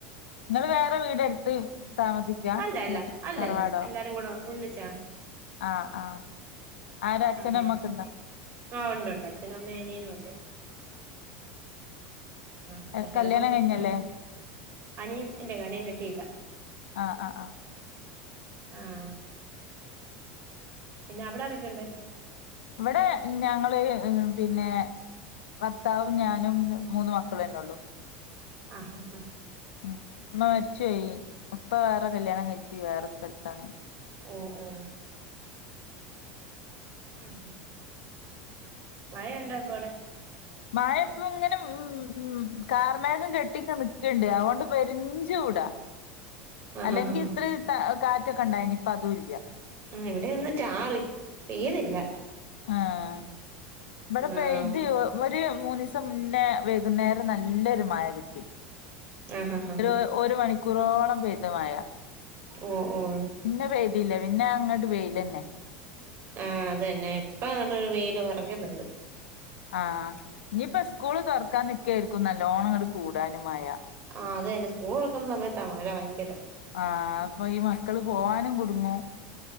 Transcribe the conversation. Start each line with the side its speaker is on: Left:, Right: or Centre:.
Left: ഇങ്ങള് വേറെ വീട് എടുത്ത് താമസിക്കാ
Right: അല്ല
Left: അല്ലേ
Right: അല്ല അല്ലല്ല
Left: തറവാടോ?
Right: എല്ലാരും കൂടെ ഒന്നിച്ചാ.
Left: ആഹ് ആഹ് ആരാ അച്ഛനും
Right: ആഹ്
Left: അമ്മക്കെ ഇണ്ടോ?
Right: ആഹ് ഒണ്ട് ഒണ്ട് അച്ഛനും അമ്മേം അനിയനും ഒണ്ട്. പിന്നെ
Left: ആഹ്
Right: എല്ലാരും
Left: കല്ല്യാണം
Right: കൂടെ ഒന്നിച്ചാ
Left: കഴിഞ്ഞല്ലേ?
Right: അനിയൻ ഇൻ്റെ അനിയൻ കെട്ടിയില്ല.
Left: ആഹ് ആഹ് ആഹ്
Right: ആഹ് പിന്നെ അവിടെ ആരൊക്കെണ്ട്?
Left: ഇവിടെ ഞങ്ങള് ഏഹ് പിന്നെ ഭർത്താവും ഞാനും മൂന്ന് മക്കളും എന്നെ ഉള്ളൂ
Right: ആഹ് ആഹ് ആഹ്
Left: ഉമ്മ മരിച്ചോയി ഉപ്പ വേറെ കല്യാണം കഴിച്ച് വേറെ സ്ഥലത്താണ്.
Right: ഉം ഉം ഉം ഉം മഴ ഒണ്ടോ ഇപ്പവടെ?
Left: മഴ ഇപ്പം ഇങ്ങനെ ഉം ഉം കാർമേഘം കെട്ടിങ്ങനെ നിക്ക്ണ്ട് അതുകൊണ്ട് പെരും ചൂടാ.
Right: ആഹ്
Left: അല്ലെങ്കി
Right: ആഹ് ആഹ്
Left: ഇത്ര ട കാറ്റൊക്കെ ഇണ്ടായിനി ഇപ്പോ അതും ഇല്ലാ
Right: ഉം ഇവിടെയൊന്ന് ചാറി പെയ്തില്ല.
Left: ആഹ് ഇബടെ
Right: ആഹ്
Left: പെയ്ത് ഒരു മൂന്ന് ദിവസം മുന്നേ വൈകുന്നേരം നല്ലൊരു മഴ കിട്ടി.
Right: ആഹ് ആഹ്
Left: ഒരു
Right: ആഹ്.
Left: ഒരു മണിക്കൂറോളം പെയ്ത് മഴ.
Right: ഉം ഉം
Left: പിന്നെ പെയ്തില്ല പിന്നെ അങ്ങട്ട് വെയിലെന്നെ
Right: ആഹ് അത് തന്നെ ഇപ്പ അതുകൊണ്ട് ഒരു വെയില് <unintelligible> ഒണ്ട്
Left: ആഹ് ഇനിയിപ്പോ സ്കൂള് തൊറക്കാന് നിക്കായിരിക്കും നല്ലോണം ഇങ്ങട് കൂടാന് മഴ
Right: ആഹ് അത് തന്നെ സ്കൂൾ തൊറക്കുന്ന സമയത്താ മഴ ഭയങ്കരം
Left: ആഹ് അപ്പൊ ഈ മക്കള് പോവാനും കുടുങ്ങു